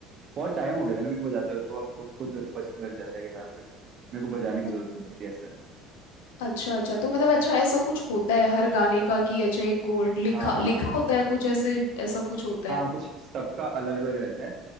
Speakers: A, on the right; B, on the left.
A: बहुत टाइम हो गया ना मेरे को बजाते हुए तो आपको खुद बजने लग जाता है गिटार पे मेरे को बजाने की जरूरत
B: अ-
A: नहीं पड़ती ऐसा है
B: अच्छा अच्छा तो मतलब अच्छा ऐसा कुछ होता है हर गाने का कि अच्छा ये कोड लिखा
A: हाँ हाँ
B: लिखा
A: हाँ
B: होता
A: हाँ
B: है कुछ ऐसे ऐसा कुछ होता
A: हाँ
B: है
A: कुछ सबका अलग अलग रहता है